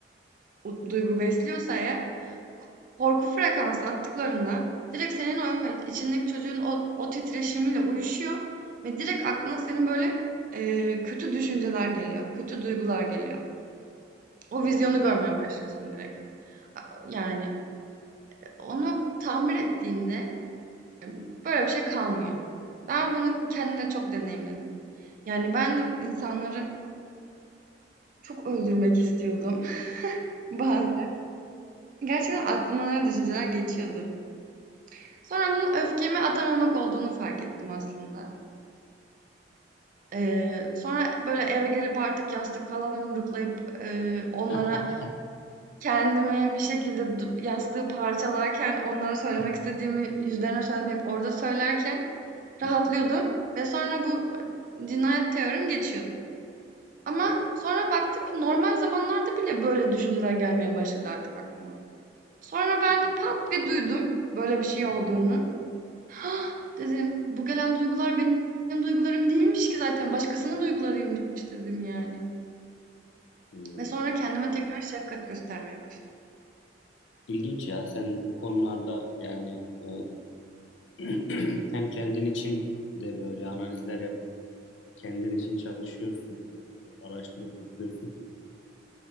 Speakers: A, on the right; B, on the left.
A: ut duygu besliyorsa eğer korku frekansı attıklarında direkt senin o içindeki çocuğun o o titreşimiyle uyuşuyor ve direkt aklına senin böyle, eee, kötü düşünceler geliyor, kötü duygular geliyor. O
B: hı
A: vizyonu
B: hı. Evet.
A: görmeye başlıyorsun direkt. A yani. Onu tamir ettiğinde e, böyle bir şey kalmıyor. Ben bunu kendimde çok deneyimledim. Yani ben de insanları çok öldürmek istiyordum <laughs> bazen. Gerçekten aklımdan öyle düşünceler geçiyordu. Sonra bunun öfkemi atamamak olduğunu fark ettim aslında. Ee, sonra böyle eve gelip artık yastık falan yumruklayıp e, onlara
B: Hı. <laughs>
A: Kendimi bir şekilde du yastığı parçalarken, onlara söylemek istediğimi yüzlerine söylemeyip orada söylerken
B: Hı
A: rahatlıyordum
B: hı,
A: ve sonra bu, ııı, cinayet teorim geçiyordu. Ama
B: hı
A: sonra baktım ki normal zamanlarda bile böyle düşünceler gelmeye başladı artık aklıma. Sonra ben
B: hı,
A: de pat bir duydum böyle bir şey olduğunu. "Hah!" dedim. "Bu gelen duygular benim duygularım değilmiş ki zaten başkasının duygularıymış." dedim yani.
B: hı hı.
A: Ve sonra kendime tekrar şefkat göstermeye başladım.
B: İlginç ya sen bu konularda yani e, <clears throat> hem kendin için de böyle analizler yapıp kendin için çalışıyorsun, araştırıp okuyorsun.